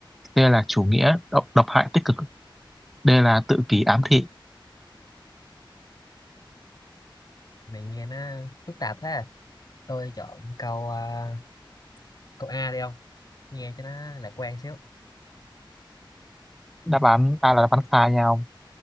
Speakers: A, in the centre; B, on the left.
A: C là chủ nghĩa độc, độc hại tích cực, D là tự kỷ ám thị.
B: Mày nghe nó phức tạp thế. Tôi chọn câu à, câu A đi không? Nghe cho nó lạc quan xíu.
A: Đáp án A là đáp án sai nhau.